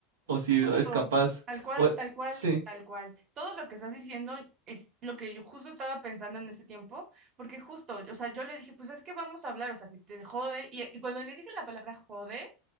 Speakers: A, on the right (about 75°); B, on the right (about 40°).
A: o si
B: Justo,
A: es capaz,
B: tal cual,
A: o,
B: tal cual,
A: sí,
B: tal cual. Todo lo que estás diciendo es lo que yo justo estaba pensando en este tiempo, porque justo, o sea, yo le dije, pues es que vamos a hablar, o sea, si te jode, y, y cuando le dije la palabra jode,